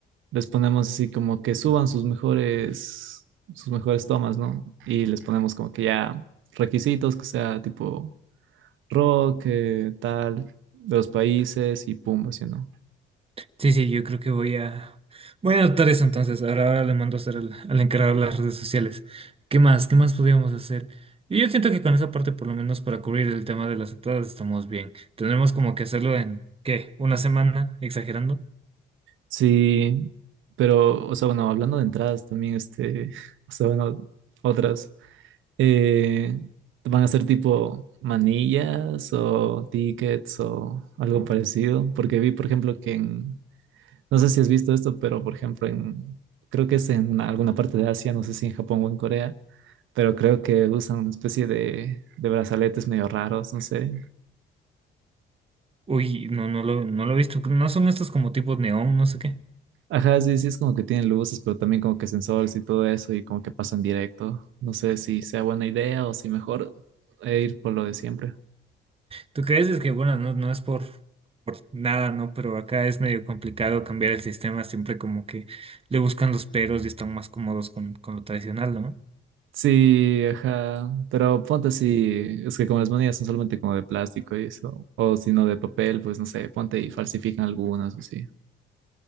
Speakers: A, on the right; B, on the right.
A: les ponemos así como que suban sus mejores, sus mejores tomas, ¿no? Y les ponemos como que ya requisitos, que sea tipo rock, eh, tal, de los países y pum, así, ¿no?
B: Sí, sí, yo creo que voy a voy a anotar eso entonces. Ahora, ahora le mando a hacer al, al encargado de las redes sociales. ¿Qué más? ¿Qué más podríamos hacer? Y yo siento que con esa parte, por lo menos para cubrir el tema de las entradas, estamos bien. Tendremos como que hacerlo en, ¿qué? ¿Una semana? ¿Exagerando?
A: Sí, pero, o sea, bueno, hablando de entradas también, este, <laughs> o sea, bueno, otras. eh, van a ser tipo manillas o tickets o algo parecido, porque vi, por ejemplo, que en, no sé si has visto esto, pero por ejemplo, en, creo que es en una- alguna parte de Asia, no sé si en Japón o en Corea, pero creo que usan una especie de, de brazaletes medio raros, no sé.
B: Uy, no, no lo, no lo he visto. No son estos como tipos neón, no sé qué.
A: Ajá, sí, sí, es como que tienen luces, pero también como que sensores y todo eso y como que pasan directo. No sé si sea buena idea o si mejor eh, ir por lo de siempre.
B: ¿Tú crees? Es que, bueno, no, no es por, por nada, ¿no? Pero acá es medio complicado cambiar el sistema, siempre como que le buscan los peros y están más cómodos con, con lo tradicional, ¿no?
A: Sí, ajá. Pero ponte así,
B: Sí, sí, sí.
A: es que como las monedas son solamente como de plástico y eso, o si no de papel, pues no sé, ponte y falsifican algunas o así.